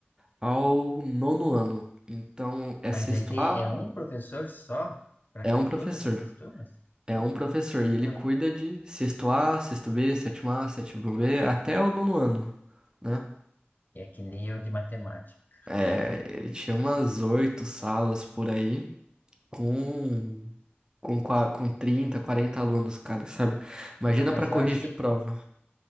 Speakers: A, on the right; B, on the left.
A: ao nono ano. Então, é
B: Mas
A: sexto
B: a ideia
A: A,
B: é um professor só para
A: é um professor.
B: todas essas turmas?
A: É um professor e ele
B: Ué,
A: cuida de sexto A, sexto B, sétimo A, sétimo B, até o nono ano, né?
B: é que nem eu de matemática.
A: É, ele tinha umas oito salas por aí, com, com, qua- com 30, 40 alunos, cara, sabe? Imagina
B: Ah, mas
A: pra corrigir
B: eu acho que,
A: prova.